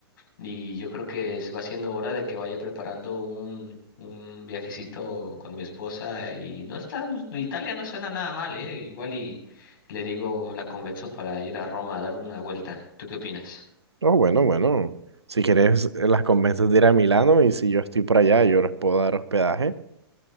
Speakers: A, on the left; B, on the right.
A: Y yo creo que es- va siendo hora de que vaya preparando un, un viajecito con mi esposa y no está, no- Italia no suena nada mal, ¿eh? Igual y le digo, la convenzo para ir a Roma a dar una vuelta. ¿Tú qué opinas?
B: Oh, bueno, bueno. Si quieres, eh, las convences de ir a Milano y si yo estoy por allá, yo les puedo dar hospedaje.